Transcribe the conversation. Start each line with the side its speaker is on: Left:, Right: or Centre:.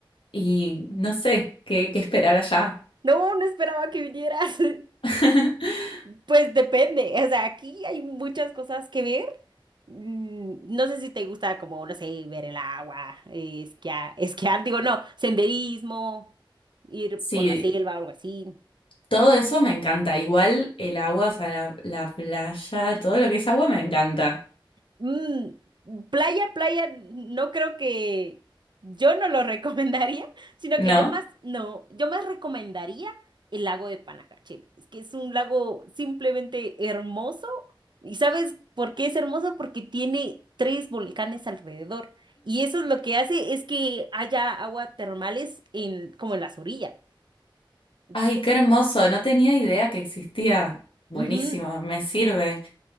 Left: y no sé, qué, qué esperar allá.
Right: No, no esperaba que vinieras. <laughs>
Left: <laughs>
Right: Pues depende, o sea, aquí hay muchas cosas que ver. Mm, No sé si te gusta como, no sé, ver el agua, eh, esquiar, esquiar, digo, no, senderismo, ir
Left: Sí,
Right: por la selva o algo así.
Left: Todo eso me encanta. Igual el agua, o sea, la, la playa, todo lo que es agua me encanta,
Right: Mm, playa, playa, no creo que yo no lo <laughs> recomendaría, sino
Left: ¿no?
Right: que yo más, no, yo más recomendaría el lago de Panajachel. Es que es un lago simplemente hermoso. ¿Y sabes por qué es hermoso? Porque tiene tres volcanes alrededor. Y eso es lo que hace es que haya agua termales en, como en las orillas. Entonces,
Left: Ay, qué hermoso. No tenía idea que existía. Buenísimo,
Right: ujú,
Left: me sirve.